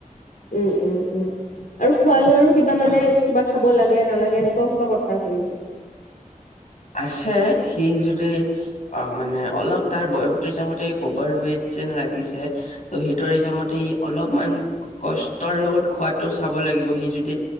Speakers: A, on the left (about 80°); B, on the left (about 60°).
A: উম', -উম', -উম', আৰু খোৱা, বোলো আৰু কিবা মানে
B: আহ,
A: কিবা খাব লাগে। এ', নালাগে এনেকুৱাও কিবা কথা আছে নেকি?
B: আছে, সি যদি অ', মানে অলপ তাৰ বয়সৰ হিচাপমতে অভাৰ- ৱেইট যেন লাগিছে, ত', সিটোৰ হিচাপমতে সি অলপমান কষ্টৰ লগত খোৱাটো চাব লাগিব। সি যদি